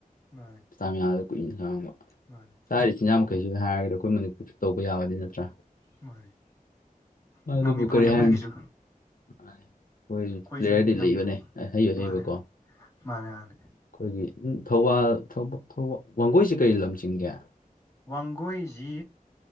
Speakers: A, on the left; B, on the left.
A: ꯃꯥꯅꯦ
B: ꯏꯁꯇꯥꯃꯤꯅꯥꯗꯣ ꯀꯨꯏꯅ ꯈꯥꯡꯕ
A: ꯃꯥꯅꯦ
B: ꯆꯥꯔꯤ ꯆꯤꯟꯖꯥꯛ ꯃꯈꯩꯁꯤꯒ ꯍꯥꯏꯔꯒꯗꯤ ꯑꯩꯈꯣꯏ ꯃꯅꯤꯄꯨꯔꯁꯨ ꯇꯧꯕ ꯌꯥꯕꯗꯤ ꯅꯠꯇ꯭ꯔꯥ
A: ꯃꯥꯅꯦ
B: ꯑꯗꯨꯕꯨ
A: ꯉꯝꯃꯤ ꯄꯣꯠꯅꯦ
B: ꯀꯔꯤ
A: ꯑꯩꯈꯣꯏꯒꯤꯁꯨ
B: ꯍꯥꯏꯔꯨꯅꯤ ꯃꯥꯅꯤ ꯈꯣꯏꯖꯨ
A: ꯑꯩꯈꯣꯏꯁꯨ
B: ꯄ꯭ꯂꯦꯌꯔꯗꯤ
A: ꯉꯝꯕ
B: ꯂꯩꯕꯅꯦ ꯑꯍꯩ ꯑꯍꯩꯕꯀꯣ
A: ꯃꯥꯅꯦ ꯃꯥꯅꯦ ꯃꯥꯅꯦ
B: ꯑꯩꯈꯣꯏꯒꯤ ꯎꯝ ꯊꯧꯕꯥꯜ ꯊꯧꯕꯥ ꯊꯧꯕꯥ ꯋꯥꯡꯒꯣꯏꯁꯤ ꯀꯔꯤ ꯂꯝ ꯆꯤꯡꯒꯦ
A: ꯋꯥꯡꯒꯣꯏꯖꯤ